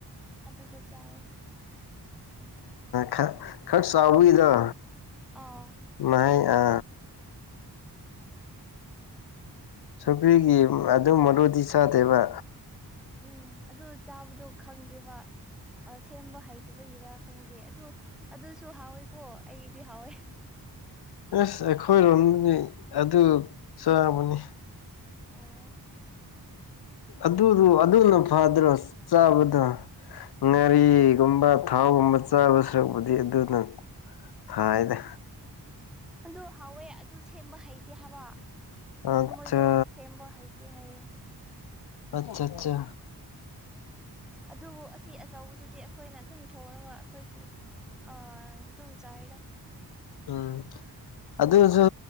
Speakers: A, in the centre; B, on the left.
A: ꯑꯗꯨꯗ ꯆꯥꯏ
B: ꯈꯔ ꯈꯔ ꯆꯥꯎꯕꯒꯤꯗ
A: ꯑꯥ
B: ꯉꯍ ꯑ ꯁꯨꯀ꯭ꯔꯤꯒꯤ ꯑꯗꯨꯝ ꯃꯔꯨꯗꯤ ꯆꯥꯗꯦꯕ
A: ꯎꯝ ꯑꯗꯨ ꯆꯥꯕꯗꯣ ꯈꯪꯗꯦꯕ ꯁꯦꯝꯕ ꯍꯩꯇꯕꯒꯤꯔ ꯈꯪꯗꯦ ꯑꯗꯨ ꯑꯗꯨꯁꯨ ꯍꯥꯎꯋꯦꯀꯣ ꯑꯩꯗꯤ ꯍꯥꯎꯋꯦ
B: ꯑꯁ ꯑꯩꯈꯣꯏꯔꯣꯝꯗꯤ ꯑꯗꯨ ꯆꯥꯕꯅꯤ
A: ꯑꯣ
B: ꯑꯗꯨꯗꯨ ꯑꯗꯨꯅ ꯐꯗ꯭ꯔꯣ ꯆꯥꯕꯗ ꯉꯥꯔꯤꯒꯨꯝꯕ ꯊꯥꯎꯒꯨꯝꯕ ꯆꯥꯕ ꯁꯔꯨꯛꯄꯗꯤ ꯑꯗꯨꯅꯪ ꯐꯥꯏꯗꯦ
A: ꯑꯗꯨ ꯍꯥꯎꯋꯦ ꯑꯗꯨ ꯁꯦꯝꯕ ꯍꯩꯇꯦ ꯍꯥꯏꯕ
B: ꯑꯠꯆꯥ
A: ꯃꯣꯏꯗꯣ ꯁꯦꯝꯕꯣ ꯍꯥꯏꯗꯤꯤ ꯍꯥꯏ
B: ꯑꯆꯥ ꯑꯆꯥ
A: ꯑꯗꯨꯕꯨ ꯑꯁꯤ ꯑꯆꯧꯕꯗꯨꯗꯤ ꯑꯩꯈꯣꯏꯅ ꯑꯗꯨꯝ ꯊꯣꯡꯉꯒ ꯑꯩꯈꯣꯏ ꯑꯗꯨꯝ ꯆꯔꯤꯗ
B: ꯎꯝ ꯑꯗꯨꯁꯨ